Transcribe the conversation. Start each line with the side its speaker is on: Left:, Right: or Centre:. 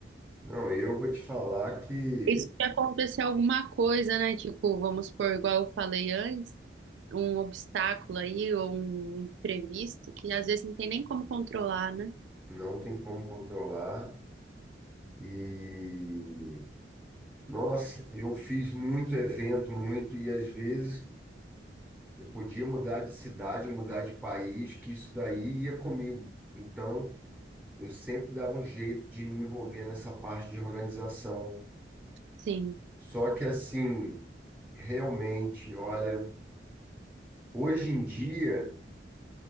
Centre: Não, eu vou te falar que
Right: E se acontecer alguma coisa, né? Tipo, vamos supor, igual eu falei antes, um obstáculo aí ou um imprevisto que às vezes não tem nem como controlar, né?
Centre: não tem como controlar. E, nossa, eu fiz muito evento, muito, e às vezes eu podia mudar de cidade, mudar de país, que isso daí ia comigo. Então, Eu sempre dava um jeito de me envolver nessa parte de organização.
Right: Sim.
Centre: Só que assim, realmente, olha, hoje em dia